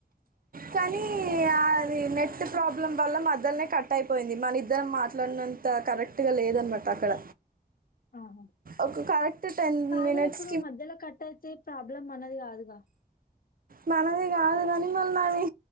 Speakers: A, on the right; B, on the left.
A: కానీ
B: ఆ
A: అది నెట్ ప్రాబ్లం వల్ల మధ్యలోనే కట్ అయిపోయింది. మనిద్దరం మాట్లాడినంత కరెక్ట్ గా లేదనమాట అక్ కడ.
B: ఆహా
A: ఒక కరెక్ట్ టెన్
B: కాదు
A: మినిట్స్
B: ఇప్పుడు మధ్యలో కట్టయితే ప్రాబ్లం మనది కాదుగా!
A: మనది కాదుకని మల్ల అవి